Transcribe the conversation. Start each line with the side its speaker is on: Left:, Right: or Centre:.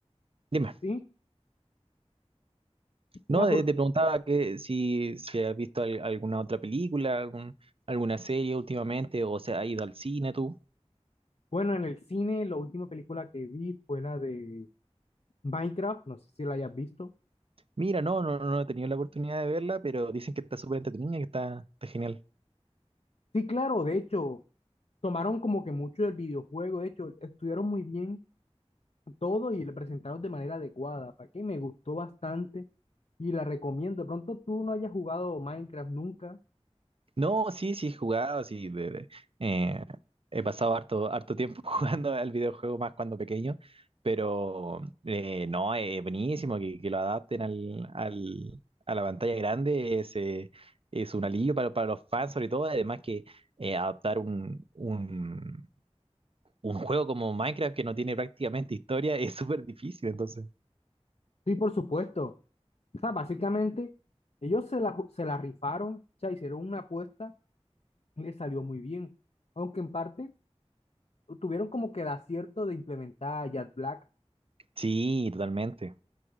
Right: dime,
Left: sí,
Right: no,
Left: ya porque,
Right: Eh, te preguntaba que si, si has visto al- alguna otra película, algún, alguna serie últimamente, o se ha ido al cine tú.
Left: bueno, en el cine la última película que vi fue la de Minecraft, no sé si la hayas visto.
Right: Mira, no, no, no he tenido la oportunidad de verla, pero dicen que está súper entretenida, que está, está genial.
Left: Sí, claro, de hecho, tomaron como que mucho del videojuego, de hecho, estudiaron muy bien todo y lo presentaron de manera adecuada, para que me gustó bastante y la recomiendo. De pronto tú no hayas jugado Minecraft nunca.
Right: No, sí, sí he jugado, sí. de- de- eh, he pasado harto, harto tiempo <laughs> jugando al videojuego más cuando pequeño, pero eh, no, es buenísimo que, que lo adapten al, al- a la pantalla grande, es, eh, es un alivio para, para los fans sobre todo, además que eh, adaptar un, un, un juego como Minecraft que no tiene prácticamente historia es súper difícil, entonces.
Left: Sí, por supuesto. O sea, básicamente, ellos se la, ju- se la rifaron, o sea, hicieron una apuesta y les salió muy bien. Aunque en parte tuvieron como que el acierto de implementar a Jack Black
Right: Sí, totalmente,